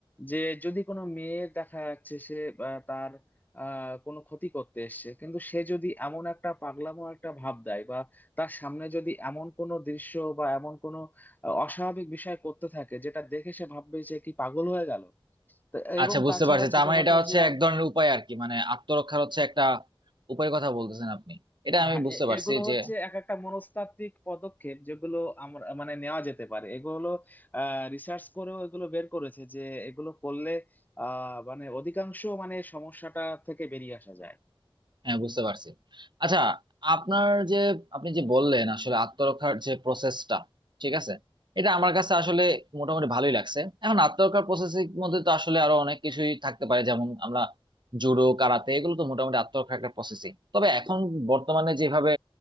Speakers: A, on the left; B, on the right.
A: যে যদি কোনো মেয়ের দেখা যাচ্ছে সে আহ, তার আহ, কোনো ক্ষতি করতে এসছে কিন্তু সে যদি এমন একটা পাগলামো একটা ভাব দেয় বা তার সামনে যদি এমন কোনো দৃশ্য বা এমন কোনো আহ, অস্বাভাবিক বিষয় করতে থাকে যেটা দেখে সে ভাববে যে কি পাগল হয়ে গেল তো এবং
B: আচ্ছা বুঝতে
A: তাছাড়া
B: পারছি
A: ছোটখাটো
B: তার মানে এটা হচ্ছে
A: যে
B: এক ধরনের উপায় আর কি মানে আত্মরক্ষার হচ্ছে একটা উপায় কথা বলতেছেন আপনি এটা আমি
A: হ্যাঁ,
B: বুঝতে
A: এ-
B: পারছি
A: এগুলো
B: যে
A: হচ্ছে এক একটা মনস্তাত্ত্বিক পদক্ষেপ যেগুলো আমরা মানে নেওয়া যেতে পারে এগুলো রিসার্চ করেও এগুলো বের করেছে যে এগুলো করলে আহ মানে অধিকাংশ মানে সমস্যাটা থেকে বেরিয়ে আসা যায়
B: হ্যাঁ বুঝতে পারছি আচ্ছা আপনার যে আপনি যে বললেন আসলে আত্মরক্ষার যে প্রসেসটা ঠিক আছে এটা আমার কাছে আসলে মোটামুটি ভালোই লাগছে এখন আত্মরক্ষার প্রসেসের মধ্যে তো আসলে আরো অনেক কিছুই থাকতে পারে যেমন আমরা জুডো কারাতে এগুলো তো মোটামুটি আত্মরক্ষার একটা প্রসেসিং তবে এখন বর্তমানে যেভাবে